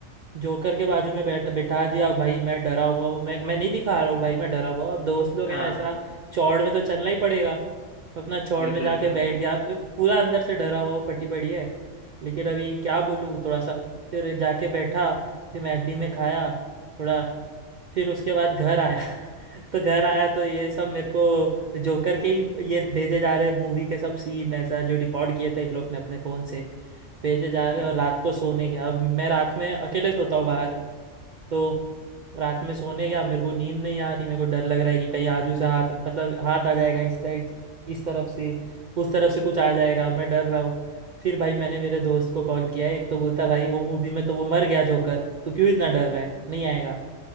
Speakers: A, on the right; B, on the left.
A: जोकर के बाजू में बैठ बिठा दिया अब भाई मैं डरा हुआ हूँ मैं मैं नहीं दिखा रहा हूँ भाई मैं डरा हुआ हूँ। अब दोस्त लोग
B: हाँ
A: हैं ऐसा चौड़ में तो चलना ही पड़ेगा तो अपना चौड़
B: बिल्कुल
A: में जाके
B: बिल्कुल
A: बैठ गया अब पूरा अंदर से डरा हुआ हूँ फटी पड़ी है लेकिन अभी क्या बोलूँ थोड़ा सा फिर जाके बैठा फिर मैगडी में खाया थोड़ा फिर उसके बाद घर आया <laughs> तो घर आया तो ये सब मेरे को जोकर के ही ये भेजे जा रहे मूवी के सब सीन ऐसा जो रिकॉर्ड किए थे इन लोग ने अपने फोन से भेजे जा
B: हम्म
A: रहे हैं और रात को सोने गया अब मैं रात में अकेले सोता हूँ बाहर तो रात में सोने गया मेरे को नींद नहीं आ रही मेरे को डर लग रहा है कि कहीं आजू से हाथ मतलब हाथ आ जाएगा इस साइड इस तरफ से उस तरफ से कुछ आ जाएगा मैं डर रहा हूँ फिर भाई मैंने मेरे दोस्त को कॉल किया है एक तो बोलता भाई वो मूवी में तो वो मर गया जोकर तू क्यों इतना डर रहा है नहीं आएगा